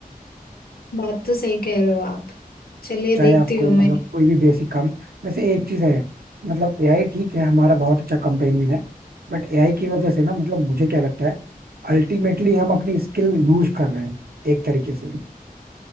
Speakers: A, on the left; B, on the right.
A: बात तो सही कह रहे हो आप चलिए
B: चाहे
A: देखती
B: आपको
A: हूँ
B: मतलब
A: मैं
B: कोई भी बेसिक काम वैसे एक चीज है मतलब एआई ठीक है हमारा बहुत अच्छा कंपेनियन है बट एआई की वजह से ना मतलब मुझे क्या लगता है अल्टीमेटली हम अपनी स्किल लूज कर रहे हैं एक तरीके से